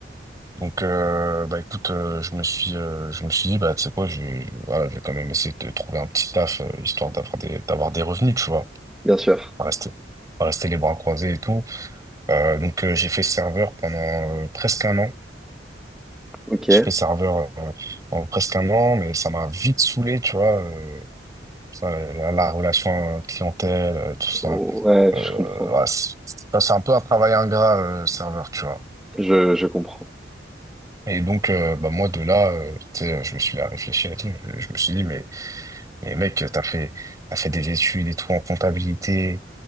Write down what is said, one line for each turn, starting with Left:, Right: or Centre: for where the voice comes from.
Right: Donc, euh, bah écoute, euh, je me suis, euh, je me suis dit, bah tu sais quoi, je vais, je- voilà, je vais quand même essayer de trouver un petit taf euh, histoire d'avoir des, d'avoir des revenus, tu vois,
Centre: Bien sûr.
Right: pas rester, pas rester les bras croisés et tout. Euh, donc euh, j'ai fait serveur pendant euh, presque un an.
Centre: Ok.
Right: J'ai fait serveur euh, pendant presque un an, mais ça m'a vite saoulé, tu vois. euh, ça, la, la relation euh, clientèle, euh, tout ça.
Centre: Ouais,
Right: Euh,
Centre: je comprends.
Right: voilà, c'est ça, c'est un peu un travail ingrat euh, serveur, tu vois.
Centre: Je, je comprends.
Right: Et donc, euh, bah moi, de là, euh, tu sais, je me suis mis à réfléchir et tout. Je, je me suis dit, mais Mais mec, t'as fait, t'as fait des études et tout en comptabilité.